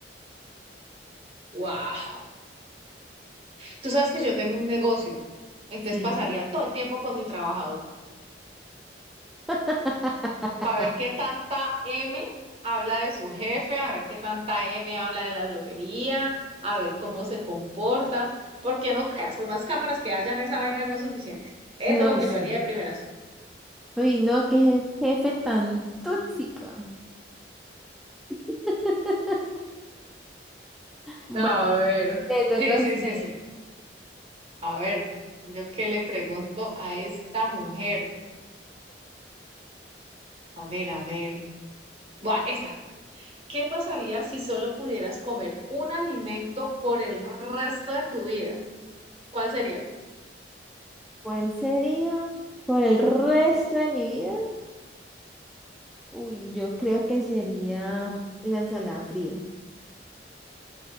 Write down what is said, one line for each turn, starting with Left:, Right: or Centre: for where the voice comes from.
Right: ¡Wow! Tú sabes que yo tengo un negocio, entonces
Centre: Sí.
Right: pasaría todo el tiempo con mi trabajador
Centre: <laughs>
Right: para ver qué tanta M habla de su jefe, a ver qué tanta M habla de la droguería, a ver cómo se comporta, porque no creas, por más cámaras que hayan, esa vaina no es suficiente. Eso
Centre: No,
Right: es lo que
Centre: sí.
Right: yo haría de primeras.
Centre: Uy, no, qué je- jefe tan tóxico. <laughs> Bueno,
Right: A ver,
Centre: le toca
Right: sí,
Centre: a
Right: sí,
Centre: usted.
Right: sí, sí. A ver, yo qué le pregunto a esta mujer. A ver, a ver. Buah, esta. ¿Qué pasaría si solo pudieras comer un alimento por el resto de tu vida? ¿Cuál sería?
Centre: ¿Cuál sería por el resto de mi vida? Uy, yo creo que sería la ensalada fría.